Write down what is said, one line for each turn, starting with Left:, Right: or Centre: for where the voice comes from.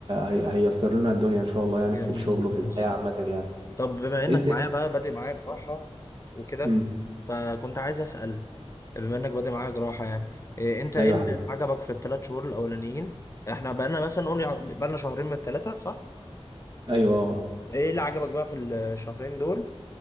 Right: هي هييسر لنا الدنيا ان شاء الله يعني
Left: جميل
Right: في الشغل وفي الحياة
Left: بس
Right: عامة يعني
Left: طب بما انك
Right: انت
Left: معايا بقى بادئ معايا جراحة وكده
Right: امم
Left: فكنت عايز اسأل بما انك بادئ معايا جراحة يعني إيه انت ايه
Right: ايوه
Left: اللي
Right: يا حبيبي
Left: عجبك في الثلاث شهور الاولانيين احنا بقالنا مثلا نقول يع- بقالنا شهرين من الثلاثة صح
Right: ايوه آه، آه.
Left: ايه اللي عجبك بقى في الشهرين دول